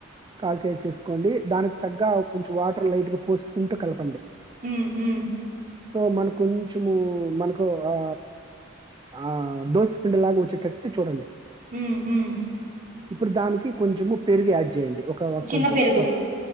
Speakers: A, on the right (about 20°); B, on the right (about 40°).
A: కాల్ కేేజ్ తీసుకోండి దానికి తగ్గ కొంచెం వాటర్ లైట్గా పోసుకుంట కలప
B: ఉమ్
A: సో మన కొంచము మనకు ఆ ఆ దోశపిండిలాగా వచ్చేటట్టు చూడండి
B: ఉమ్, ఉమ్.
A: ఇప్పుడు దానికి కొంచెము పెరుగి యాడ్ చేయండి ఒక
B: చిన్న
A: కొంచెం
B: పెరుగు
A: ఒక కప్పు